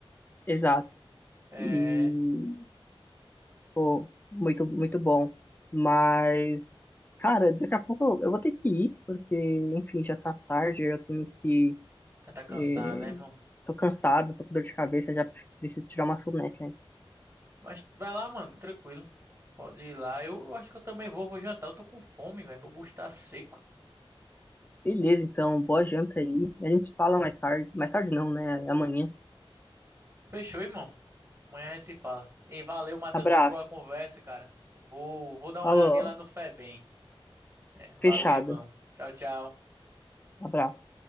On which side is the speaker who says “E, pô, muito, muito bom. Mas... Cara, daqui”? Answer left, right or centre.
Left